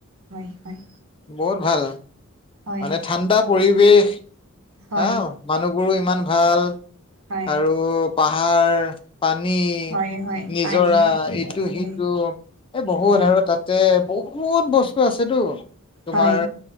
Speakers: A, on the right (about 80°); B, on the left (about 25°).
A: হয় হয়।
B: বহুত ভাল
A: হয়
B: মানে ঠাণ্ডা পৰিৱেশ।
A: হয়
B: আহ মানুহবোৰো ইমান ভাল
A: হয় হয়
B: আৰু পাহাৰ। পানী
A: হয় হয়
B: নিজৰা
A: পানী হয়
B: ইটো-সিটো
A: হয়
B: এই বহুত
A: হয়
B: আৰু তাত তাতে বহুত বস্তু আছেতো তোমাৰ
A: হয় হয়